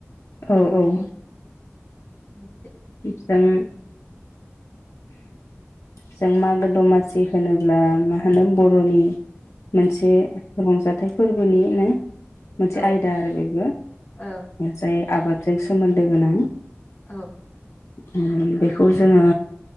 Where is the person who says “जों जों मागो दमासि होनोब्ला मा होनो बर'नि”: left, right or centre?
Left